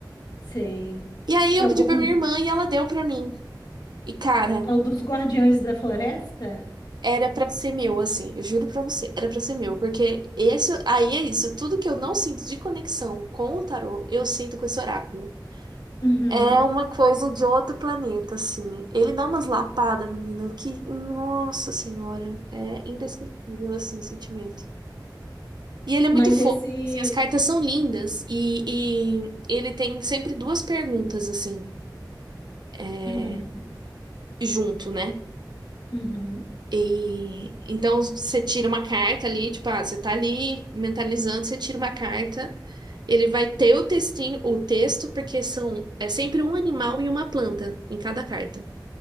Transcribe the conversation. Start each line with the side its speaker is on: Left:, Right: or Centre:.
Left: sei.
Right: E aí
Left: É
Right: eu pedi
Left: o, go- o-
Right: pra minha irmã e ela deu pra mim. E cara,
Left: é o dos Guardiões da Floresta?
Right: era pra ser meu, assim, eu juro pra você, era pra ser meu, porque esse, aí é isso, tudo que eu não sinto de conexão com o tarô, eu sinto com esse oráculo.
Left: Uhum.
Right: É uma coisa de outro planeta, assim. Ele dá umas lapadas, menina, que, nossa senhora, é indescritível, assim, o sentimento. E ele é
Left: Mas
Right: muito fofo.
Left: esse.
Right: Assim, as cartas são lindas e, e ele tem sempre duas perguntas assim, é,
Left: Uhum.
Right: junto, né?
Left: Uhum.
Right: E então você tira uma carta ali, tipo, ah, você tá ali mentalizando, você tira uma carta, ele vai ter o textinho, o texto, porque são é sempre um animal e uma planta em cada carta.